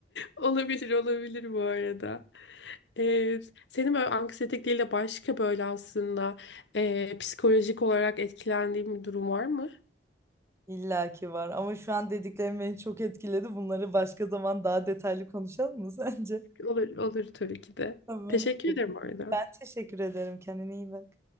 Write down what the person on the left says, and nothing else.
Olabilir olabilir bu arada. E, senin böyle anksiyetik değil de başka böyle aslında e, psikolojik olarak etkilendiğin bir durum var mı?
Olur, olur tabii ki de.
Teşekkür ederim orada.